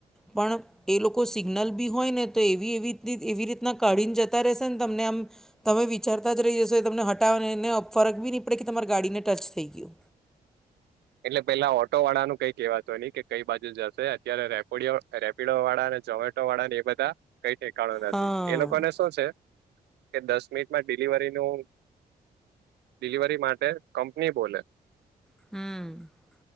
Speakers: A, in the centre; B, on the right (about 75°).
A: પણ. એ લોકો સિગ્નલ બી હોય ને તો એવી એવી એવી રીતના કાઢીને જતા રશે ને તમને આમ. તમે વિચારતા જ રહી જશો તમને હટાવો એને ફરક બી નહી પડે કે તમારા ગાડીને ટચ થઈ ગયો.
B: એટલે પેલા ઓટો વાળા નું કઈ કહેવાત હો ન કે કઈ બાજુ જશે અત્યારે રેપોડયો. પીળો વાળા અને ઝમેટો વાળા ને એ બધા કઈ ઠેકાણો નથી
A: હા
B: એ લોકો ને શું છે. કે દસ મિનિટમાં ડિલિવરીનું ડિલિવરી માટે કંપની બોલે.
A: <inaudible>